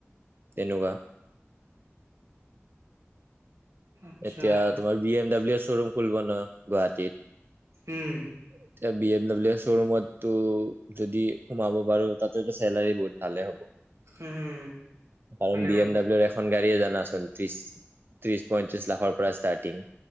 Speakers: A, on the right; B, on the right.
A: তেনেকুৱা।
B: আচ্ছা
A: এতিয়া তোমাৰ বি এম ডাব্লিউ <unintelligible> গুৱাহাটীত।
B: উম
A: এতিয়া বি এম ডাব্লিউ শ্ব'ৰুমত টো যদি সোমাব পাৰো, তাতেতো চেলাৰী বহুত ভালে হ'ব।
B: উম
A: কাৰণ
B: ভালে
A: বি
B: হ'ব
A: এম ডাব্লিউৰ এখন গাৰীয়ে জানাচোন, ত্ৰিশ-ত্ৰিশ পঁয়ত্ৰিছ লাখৰ পৰাই ষ্টাৰ্টিং।